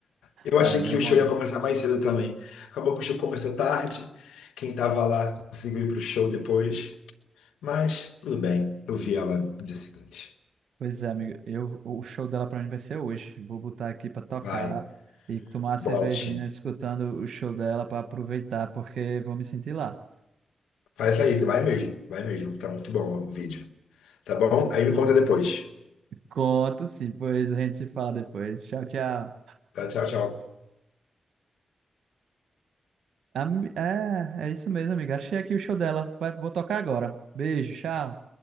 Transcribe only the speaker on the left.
Eu
achei
que o
show ia começar mais cedo também. Acabou que o show começou tarde. Quem tava lá conseguiu ir pro show depois. Mas tudo bem, eu vi ela no dia seguinte.
Vai,
bote.
Faz aí, vai mesmo, vai mesmo. Tá muito bom o vídeo. Tá bom? Aí me conta depois.
Tá, tchau, tchau.